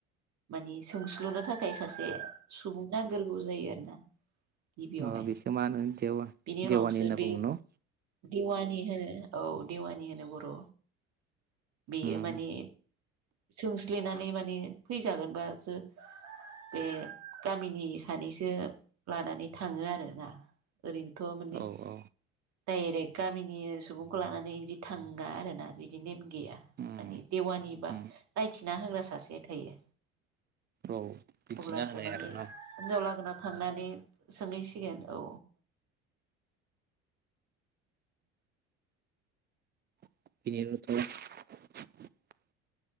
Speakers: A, on the right (about 50°); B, on the right (about 30°).
A: मानि सोंस्लुनो थाखाय सासे सुबुं नांगोरगौ जायो आरोना गिबियावहाय
B: अ बेखो मा होनो देव-देवानि
A: बिनि उनावसो
B: होनना
A: बे
B: बुंङो न'?
A: देवानि होनो औ देवानि होनो बर' बेयो
B: उम
A: माने सोंस्लिनानै माने फैजागोनबासो बे गामिनि सानैसो लानानै थाङो आरोना ओरैनोथ माने
B: औ औ
A: डाइरेक्ट गामिनि सुबुंखौ लानानै बिदि थाङा आरोना बि दि नेम गैया
B: उम
A: माने देवानि बा
B: उम
A: रायथिना होग्रा सासे थायो।
B: औ बिदिना
A: अब्लासो
B: होनाय
A: माने
B: आरो न'
A: हिन्जाव लागोना थांनानै सोंहैसिगोन औ
B: बिदिनोथ'